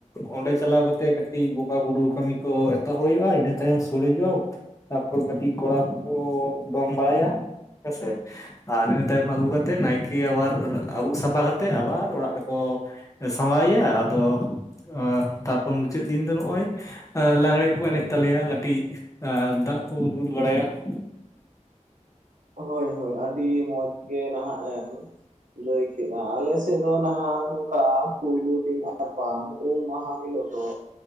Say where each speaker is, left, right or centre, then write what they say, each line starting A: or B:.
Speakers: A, on the left; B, on the right.
A: ᱚᱸᱰᱮ ᱪᱟᱞᱟᱣ ᱠᱟᱛᱮᱜ ᱠᱟᱹᱴᱤᱡ ᱵᱚᱸᱜᱟ ᱵᱩᱨᱩ ᱠᱟᱹᱢᱤ ᱠᱚ ᱮᱛᱚᱦᱚᱵ ᱦᱩᱭᱩᱜᱼᱟ ᱤᱱᱟᱹ ᱛᱟᱭᱚᱢ ᱥᱚᱲᱮ ᱡᱚᱢ ᱠᱟᱹᱴᱤᱡ ᱠᱚᱲᱟ ᱠᱚᱠᱚ ᱫᱚᱝ ᱵᱟᱲᱟᱭᱟ ᱦᱮᱸ ᱥᱮ᱾ ᱟᱨ ᱤᱱᱟᱹ ᱛᱟᱭᱚᱢ ᱟᱹᱜᱩ ᱠᱟᱛᱮ ᱱᱟᱭᱠᱮ ᱟᱵᱟᱨ ᱟᱵᱩᱜ ᱥᱟᱯᱷᱟ ᱠᱟᱛᱮ ᱟᱵᱟᱨ ᱚᱲᱟᱜ ᱠᱚ ᱥᱟᱸᱵᱟᱭ ᱮᱭᱟ ᱟᱫᱚ ᱛᱟᱨᱯᱚᱨ ᱢᱩᱪᱟᱹᱫ ᱫᱤᱱ ᱫᱚ ᱱᱚᱜᱼᱚᱭ, ᱞᱟᱜᱽᱬᱮ ᱠᱚ ᱮᱱᱮᱡ ᱛᱟᱞᱮᱭᱟ ᱠᱟᱹᱴᱤᱡ ᱫᱟᱜ ᱠᱚ ᱫᱩᱞ ᱵᱟᱲᱟᱭᱟ᱾ <inaudible>
B: ᱦᱳᱭ ᱦᱳᱭ ᱟᱹᱰᱤ ᱢᱚᱸᱡᱽ ᱜᱮ ᱱᱟᱦᱟᱜ ᱮᱢ ᱞᱟᱹᱭ ᱠᱮᱫᱟ ᱟᱞᱮ ᱥᱮᱫ ᱫᱚ ᱱᱟᱦᱟᱜ ᱱᱚᱝᱠᱟ ᱯᱩᱭᱞᱳ ᱫᱤᱱ ᱟᱨ ᱵᱟᱝ ᱩᱢ ᱢᱟᱦᱟ ᱦᱤᱞᱳᱜ ᱫᱚ